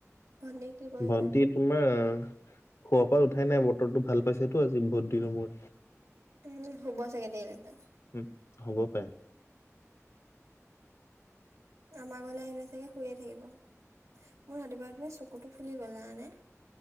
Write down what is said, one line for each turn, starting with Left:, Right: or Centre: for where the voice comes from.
Right: ভণ্টিয়ে কি কৰিছে?
Left: ভন্টি তোমাৰ শুৱা পৰা উঠাই নাই, বতৰটো ভাল পাইছেতো আজি। বহুত দিনৰ মূৰত
Right: উম। শুব চাগে দেৰিলেইকে।
Left: উম। হ'ব পাৰে।
Right: আমাৰ ঘৰলৈ আহিলে চাগে শুয়ে থাকিব। মোৰ ৰাতিপুৱাই ৰাতিপুৱাই চকুটো ফুলি গ'ল। জানানে?